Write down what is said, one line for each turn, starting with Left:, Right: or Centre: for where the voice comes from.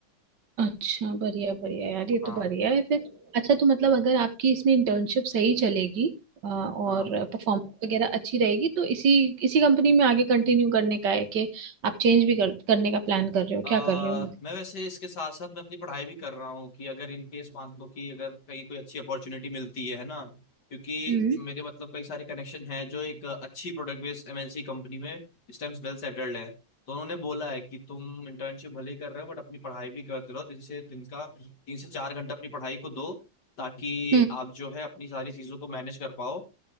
Right: अच्छा बढ़िया बढ़िया यार ये
Left: हाँ
Right: तो बढ़िया है फिर अच्छा तो मतलब अगर आपकी इसमें इंटर्नशिप सही चलेगी अ, और
Left: हाँ
Right: परफॉर्मेंस वगैरह अच्छी रहेगी तो इसी इसी कंपनी में आगे कंटिन्यू करने का है कि आप चेंज भी कर, करने का प्लान कर रहे हो
Left: अ,
Right: क्या कर रहे हो मतलब
Left: मैं वैसे इसके साथ साथ मैं अपनी पढ़ाई भी कर रहा हूँ कि अगर इन केस मान लो कि अगर कहीं कोई अच्छी अपॉर्चुनिटी मिलती है है ना क्योंकि
Right: हम्म
Left: मेरे मतलब कई सारे कनेक्शन हैं जो एक अच्छी प्रोडक्ट बेस्ड एमएनसी कंपनी में इस टाइम वेल सेटल्ड है तो उन्होंने बोला है कि तुम इंटर्नशिप भले ही कर रहे हो बट अपनी पढ़ाई भी करते रहो दिन से दिन का तीन से चार घंटा अपनी पढ़ाई को दो ताकि
Right: हम्म
Left: आप जो है अपनी सारी चीजों को मैनेज कर पाओ